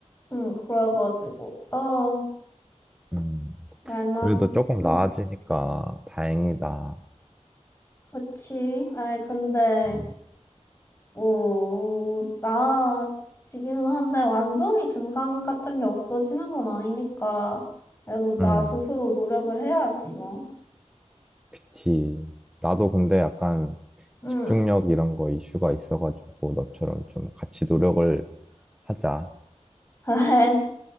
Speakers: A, on the left; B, in the centre.
A: 응, 그래가지고 어
B: 음.
A: 말랑
B: 그래도 조금
A: 응
B: 나아지니까 다행이다.
A: 그치. 아이 근데
B: 음,
A: 뭐 나아지기는 한데 완전히 증상 같은 게 없어지는 건 아니니까 그래도 나
B: 응,
A: 스스로 노력을 해야지 뭐.
B: 그치. 나도 근데 약간
A: 응.
B: 집중력 이런 거 이슈가 있어가지고 너처럼 좀 같이 노력을 하자.
A: <laughs> 그래.